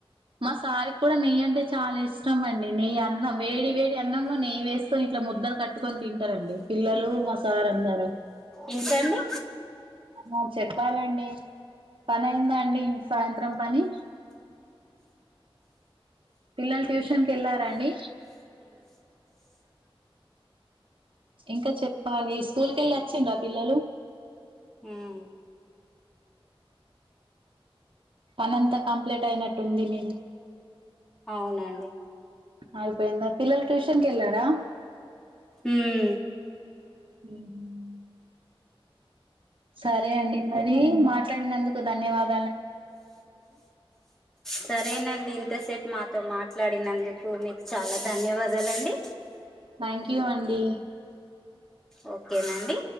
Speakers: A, on the right (about 65°); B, in the centre.
A: మా సార్ కి కూడా నెయ్యి అంటే చాలా ఇష్ ష్టం అండి నెయ్యి అన్నం వేడి వేడి అన్నంలో నెయ్యి వేసుకొని ఇట్లా ముద్దలు కట్టుకొని తింటారండి పిల్లలు మా సార్ అందరూ
B: ఇంకండి
A: మ చెప్పాలండి పని అయిందా అండి ఇన్ సాయంత్రం పని పిల్లలు ట్యూషన్ కి ఎల్లారా అండి? ఇంకా చెప్పాలి స్కూల్ కెళ్ళి వచ్చిండ్రా పిల్లలు
B: ఊమ్
A: పనంతా కంప్లైట్ అయినట్టు ఉంది మీది.
B: అవునండి
A: ఆయిపోయింద పిల్లలు ట్యూషనకెల్లరా
B: హ్మ్
A: హ్మ్ సరే అండి మరి మాట్లాడినందుకు ధన్యవాద్
B: సరేనండి ఇంతసేపు మా తో మాట్లాడినందుకు మీకు చాలా ధన్యవాదాలండి.
A: థ్యాంక్ యూ అండి.
B: ఓకేనండి